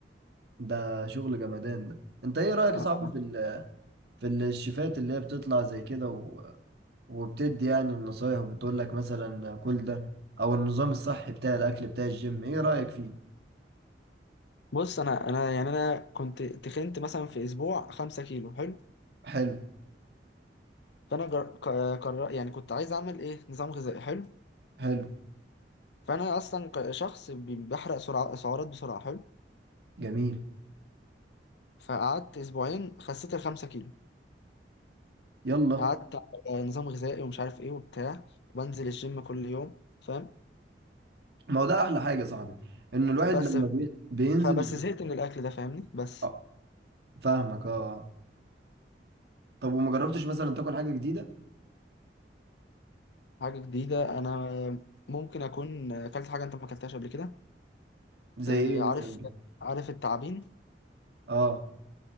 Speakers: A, on the right; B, on the left.
A: ده شغل جمدان ده انت ايه رأيك يا
B: آه.
A: صاحبي في ال- في الشيفات اللي هي بتطلع زي كده و... وبتدي يعني النصايح وبتقول لك مثلا كل ده او النظام الصحي بتاع الاكل بتاع الجيم ايه رأيك فيه
B: بص انا انا يعني انا كنت تخنت مثلا في اسبوع خمسة كيلو حلو
A: حلو
B: فانا جر... ق- قرر يعني كنت عايز اعمل ايه نظام غذائي حلو
A: حلو
B: فانا اصلا ك- شخص بي- بحرق سرعة سعرات بسرعة حلو
A: جميل
B: فقعدت اسبوعين خسيت الخمسة كيلو
A: يلا
B: قعدت على نظام غذائي ومش عارف ايه وبتاع وبنزل الجيم كل يوم فاهم
A: ما هو ده احلى حاجة يا صاحبي ان الواحد
B: بس
A: لما بي... بينزل
B: فبس
A: الجيم
B: زهقت من الاكل ده فاهمني بس
A: آه، فاهمك اه اه طب وما جربتش مثلا تاكل حاجة جديدة
B: حاجة جديدة انا ممكن اكون اكلت حاجة انت ما اكلتهاش قبل كده
A: زي
B: آه،
A: ايه مثلا
B: عارف
A: كده
B: عارف التعابين
A: اه